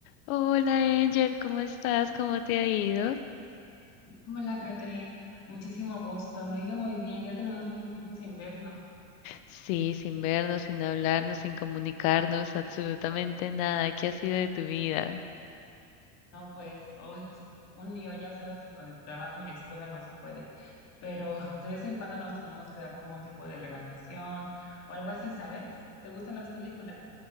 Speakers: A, on the left; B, on the left.
A: Hola Angel, ¿cómo estás? ¿Cómo te ha ido?
B: Hola, Catherine. Muchísimo gusto. Me ha ido muy bien. Ya tenemos mucho tiempo sin vernos.
A: Sí, sin vernos, sin hablarnos, sin comunicarnos, absolutamente nada. ¿Qué ha sido de tu vida?
B: No, pues hoy un lío, ya sabes, y con el trabajo y la escuela no se puede. Pero <laughs> de vez en cuando nos tenemos que dar como un tipo de relajación o algo así, ¿sabes? ¿Te gustan las películas?